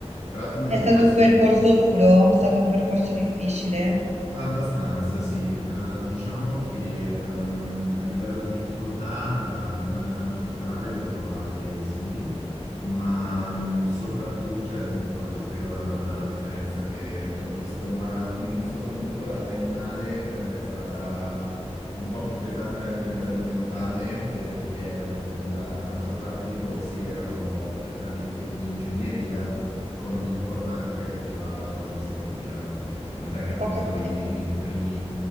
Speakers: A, on the left; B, on the right.
A: Tra l'altro il mio
B: È
A: percorso
B: stato un percorso
A: di
B: duro? È stato un percorso difficile?
A: Abbastanza, sì. Eh, diciamo che ehm, a livello di difficoltà la triennale e la magistrale le ho trovate simili, ma mm, soprattutto, cioè, mh, poi ti spiegherò in realtà la differenza che, che ho visto, ma mh, soprattutto la triennale per me è stata un po' più pesante anche a livello mentale perché mh, la maggior parte dei corsi erano prettamente di ingegneria con l'informatica che arrivava quasi in secondo piano. Tant'è che appunto
B: Ho capito.
A: i, i primi,